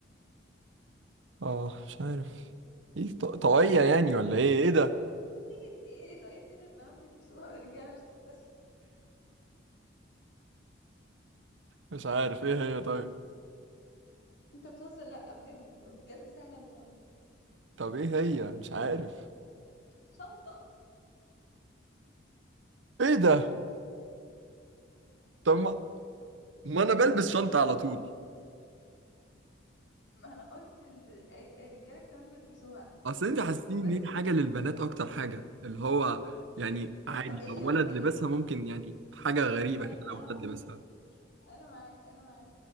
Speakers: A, on the right (about 75°); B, on the left (about 65°).
A: اه مش عارف ايه ط... طاقية يعني ولا ايه ايه ده
B: ايه ايه ده ايه دي اللي البنات بيلبسوها والرجالة مش تلبسها
A: مش عارف ايه هي طيب
B: انت بتهزر لا بجد بجد سهلة موت
A: طب ايه هي مش عارف
B: شنطة
A: ايه ده طب ما, ما انا بلبس شنطة على طول
B: ما انا قلت ال- الرجالة كمان بيلبسوها
A: اصل انت حاسين
B: قلت بس
A: ان هي حاجه
B: مش
A: للبنات اكتر حاجه اللي هو يعني
B: طب
A: عادي
B: طاقية
A: لو ولد
B: طاقية
A: لبسها ممكن يعني حاجه غريبه
B: طيب
A: كده
B: انا
A: لو ولد لبسها
B: <laughs> انا معاك انا معاك